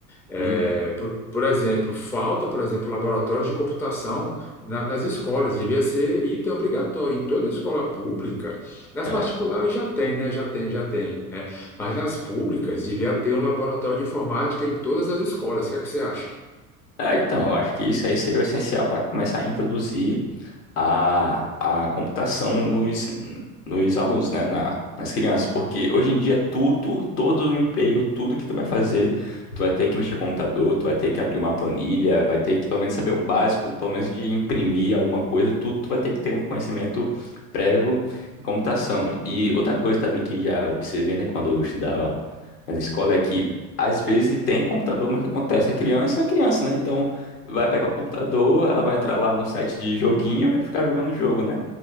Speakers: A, in the centre; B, on the left (about 80°).
A: É,
B: uhum,
A: por, por exemplo, falta, por exemplo, laboratórios de computação na- nas escolas, devia ser item obrigatório em toda escola pública. Nas
B: é.
A: particulares já tem, né? Já tem, já tem, né? Mas nas públicas devia ter um laboratório de informática em todas as escolas. O que é que você acha?
B: É, então, eu acho que isso aí seria o essencial para começar a introduzir. a, a computação nos, nos alunos, né? Na, nas crianças. Porque hoje em dia tudo, todo o emprego, tudo que tu vai fazer, tu vai ter que mexer com o computador, tu vai ter que abrir uma planilha, vai ter que pelo menos saber o básico, pelo menos de imprimir alguma coisa, tudo tu vai ter que ter um conhecimento prévio em computação. E outra coisa também que já observei, né, quando eu estudava mas a escola é que às vezes tem o computador, mas o que acontece? A criança é criança, né? Então vai pegar o computador, ela vai entrar lá no site de joguinho e vai ficar jogando o jogo, né?